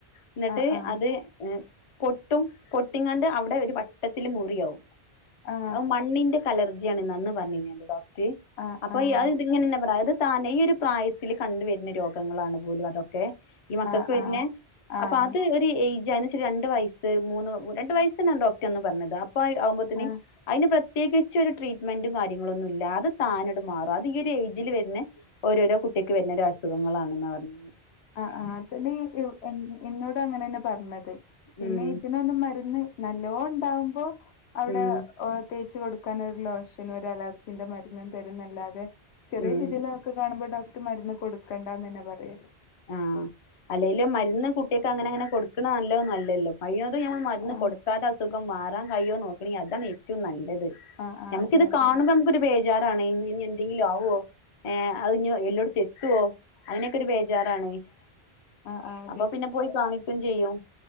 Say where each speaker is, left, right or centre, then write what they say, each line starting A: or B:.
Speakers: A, on the left; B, on the left.
A: എന്നിട്ട്
B: ആഹ് ആഹ്
A: അത് ഏ പൊട്ടും പൊട്ടിങ്ങാണ്ട് അവിടെ ഒരു വട്ടത്തില് മുറിയാവുംഅഹ്
B: ആഹ്
A: മണ്ണിന്റെ അലർജിയണെന്ന അന്ന് പറഞ്ഞേനിയത് ഡോക്ടർ
B: ആഹ്
A: അപ്പൊ
B: ആഹ് ആഹ് ആഹ്
A: ഇ അഹ് ഇങ്ങനെന്നെ പറയാം അത് താനെ ഈ ഒരു പ്രായത്തിൽ കണ്ടുവരുന്ന രോഗങ്ങളാണ് പോലും അതൊ ക്കെ ഈ മക്കൾക്ക്
B: ആഹ്
A: വരുന്ന
B: ആഹ്
A: അപ്പൊ
B: ആഹ്
A: അത് ഒരു ഏജ് ഏകദേശം രണ്ടു വയസ് മൂന്ന് രണ്ട് വയസ്സ് തന്നെയാണ് ഡോക്ടറന്ന് പറഞ്ഞത് അപ്പൊ ആവുമ്പോത്തിന്
B: ആഹ്
A: അതിന് പ്രത്യേകിച്ച് ഒരു ട്രീറ്റ്മെന്റും കാര്യങ്ങളൊന്നും ഇല്ല അത് താനെങ്ങട്ടുമാറും. ഈ ഒരു ഏജിൽ വരുന്ന ഓരോരോ കുട്ടിയേക്ക് വരുന്ന ഒരു അസുഖങ്ങളാണ്ന്ന പറഞ്ഞെ.
B: ആ് ആ് അതിന് എ ഇന്നോട് അങ്ങനെ തന്നെ പറഞ്ഞത് പിന്നെ
A: ഉം
B: ഇതിനൊന്നും മരുന്ന് നല്ലോണ്ടാവുമ്പോ അവിടെ
A: ഉം
B: തേച്ച് കൊടുക്കാന് ഒരു ലോഷനും ഒരു അലർജിന്റെ മരുന്നും തരുന്നല്ലാതെ ചെറിയ
A: ഉം
B: രീതിൽ ഒക്കെ കാണുമ്പോ ഡോക്ടർ മരുന്ന് കൊടുക്കണ്ടന്ന്ന്നെ പറയല്.
A: ആഹ അല്ലെലും മരുന്ന് കുട്ടിയൊക്കെങ്ങനെ അങ്ങനെ കൊടുക്കണത് നല്ലോന്നും അല്ലല്ലോ. കഴിയണതും നമ്മൾ മരുന്ന്
B: ആഹ്
A: കൊടുക്കാതെ അസുഖം മാറാൻ കഴിയോ നോക്കാണെങ്കിൽ അതാണ് ഏറ്റവും നല്ലത്.
B: ആഹ് ആഹ്
A: ഞമുക്ക്
B: അതെ
A: ഇത്
B: അതെ
A: കാണുമ്പോ. ഒരു ബേജാറാണ് ഇനി എന്തെങ്കിലും ആവോ ഏ അതിഞ്ഞി എല്ലോടത്തി എത്തുവോ. അയിനൊക്കൊരു ഒരു ബേജാറാണ്
B: ആഹ് ആഹ്
A: അപ്പൊ പിന്നെ പോയി കാണിക്കും ചെയ്യും.